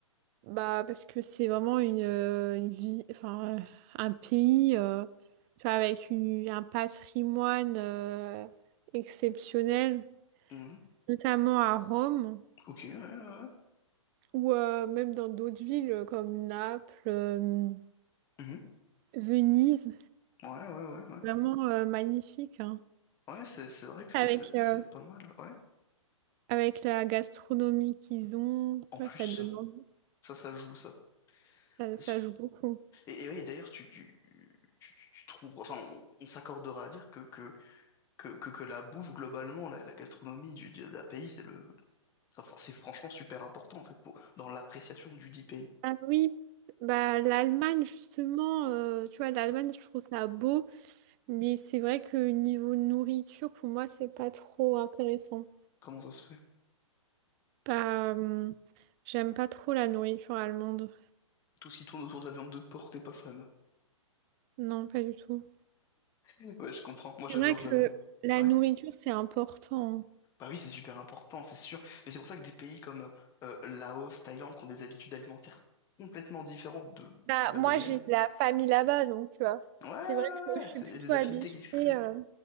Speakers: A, on the right; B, on the left.
A: Bah, parce que c'est vraiment une, euh, une vie, enfin, euh, un pays euh, tu vois, avec une- un patrimoine euh, exceptionnel,
B: Mhm.
A: notamment à Rome
B: Ok, ouais, ouais, ouais.
A: ou euh, même dans d'autres villes euh, comme Naples, euh,
B: Mhm.
A: Venise.
B: Ouais, ouais, ouais, ouais.
A: Vraiment euh, magnifique, hein.
B: Ouais, c'est c'est vrai que c'est
A: Avec,
B: c'est- c'est
A: euh,
B: pas mal, ouais.
A: avec la gastronomie qu'ils ont,
B: En
A: tu
B: plus,
A: vois, ça donne envie,
B: Ça, ça joue, ça.
A: ça,
B: C'est
A: ça
B: sûr.
A: joue beaucoup.
B: Et, et ouais, d'ailleurs, tu, tu, tu, tu- tu trouves, enfin, on, on s'accordera à dire que, que, que, que, que la bouffe, globalement, la, la gastronomie du, du- d'un pays, c'est le, ça- c'est franchement super important, en fait, pour, dans l'appréciation du dit pays.
A: Ah oui, bah, l'Allemagne, justement, euh, tu vois, l'Allemagne, je trouve ça beau. Mais c'est vrai que niveau nourriture, pour moi, c'est pas trop intéressant.
B: Comment ça se fait?
A: Pas, euh, j'aime pas trop la nourriture allemande.
B: Tout ce qui tourne autour de la viande de porc, t'es pas fan.
A: Non, pas du tout.
B: Ouais, je comprends. Moi, j'adore,
A: C'est vrai que
B: j'avoue.
A: la
B: Ouais.
A: nourriture, c'est important.
B: Bah oui, c'est super important, c'est sûr. Mais c'est pour ça que des pays comme euh, Laos, Thaïlande, qui ont des habitudes alimentaires complètement différentes de,
A: Bah,
B: bah,
A: moi,
B: des miennes.
A: j'ai de la famille là-bas, donc tu vois.
B: Ouais, ouais, ouais,
A: C'est vrai que je
B: ouais,
A: suis
B: c'est-
A: plutôt
B: il y a des affinités
A: habituée,
B: qui se créent.
A: euh,